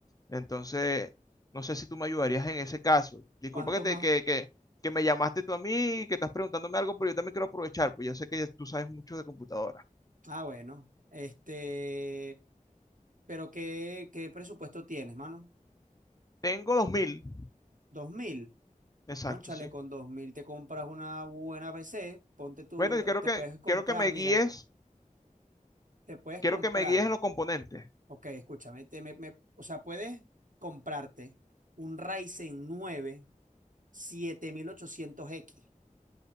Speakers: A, on the left; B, on the right.
A: Entonces, no sé si tú me ayudarías en ese caso. Disculpa
B: ¿Cuánto
A: que, te,
B: más?
A: que, que, que me llamaste tú a mí y que estás preguntándome algo, pero yo también quiero aprovechar, pues ya sé que ya tú sabes mucho de computadora.
B: Ah, bueno. Este, pero ¿qué, qué presupuesto tienes, mano?
A: Tengo dos mil
B: Dos mil.
A: exacto,
B: Cónchale,
A: sí.
B: con dos mil te compras una buena PC. Ponte tú,
A: Bueno, yo quiero
B: te
A: que,
B: puedes comprar,
A: quiero que me guíes,
B: mira, te puedes
A: quiero
B: comprar.
A: que me guíes en los componentes.
B: Ok, escúchame, te, me, me- o sea, puedes comprarte un Ryzen nueve siete mil ochocientos x